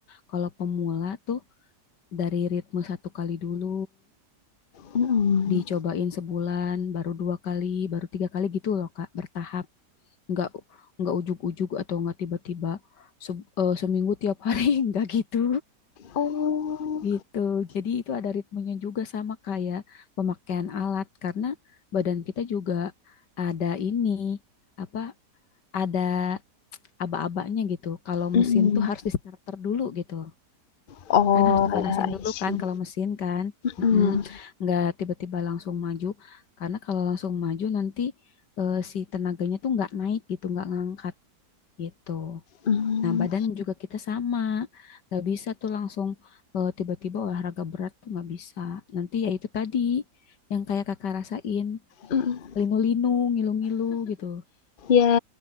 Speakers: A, on the left; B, on the left.
A: Kalau pemula tuh dari ritme satu kali dulu,
B: mhm.
A: dicobain sebulan, baru dua kali, baru tiga kali gitu loh, Kak, bertahap. Nggak, nggak ujug-ujug atau nggak tiba-tiba se- eh, seminggu tiap hari, <laughs> nggak gitu.
B: Oh,
A: gitu. Jadi itu ada ritmenya juga sama kayak pemakaian alat karena badan kita juga ada ini apa ada aba-abanya gitu. Kalau
B: mhm.
A: mesin tuh harus di starter dulu gitu.
B: Oh,
A: Kan harus dipanasin
B: ya, I
A: dulu
B: see.
A: kan kalau mesin kan. Mm-mm.
B: Mhm,
A: Nggak tiba-tiba langsung maju karena kalau langsung maju nanti eh, si tenaganya tuh nggak naik gitu, nggak ngangkat gitu.
B: mmm,
A: Nah, badan juga kita sama. Nggak bisa tuh langsung eh, tiba-tiba olahraga berat tuh nggak bisa. Nanti ya itu tadi yang kayak kakak rasain,
B: mhm,
A: linu-linu, ngilu-ngilu gitu.
B: ya.